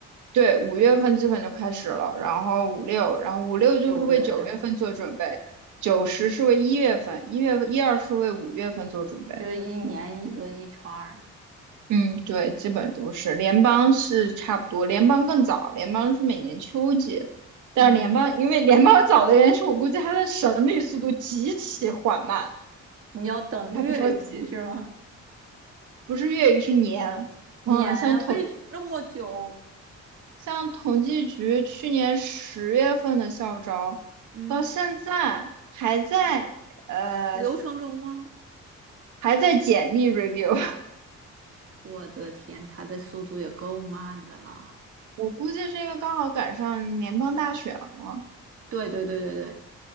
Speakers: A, on the right; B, on the right.
A: 对，五月份基本就开始了，然后五六，然后五六就是为九月份做准备，
B: 九月份。
A: 九十是为一月份，一月一二是为五月份做准备。
B: 就一年一轮一圈儿。
A: 嗯，对，基本都是联邦是差不多，联邦更早，联邦是每年秋季，但是联邦因为联邦
B: 嗯
A: <laughs> 早的原因是我估计它的审理速度极其缓慢，
B: 你要等月余是吗？
A: 它不着急，不是月语是年，
B: 年啊，
A: 嗯，像
B: 为什那么久？
A: 像统计局去年十月份的校招，
B: 嗯，
A: 到现在还在呃
B: 流程中吗？
A: 还在简历 review，<laughs>
B: 我的天，他的速度也够慢的了。
A: 我估计是因为刚好赶上联邦大选了。
B: 对对对对对，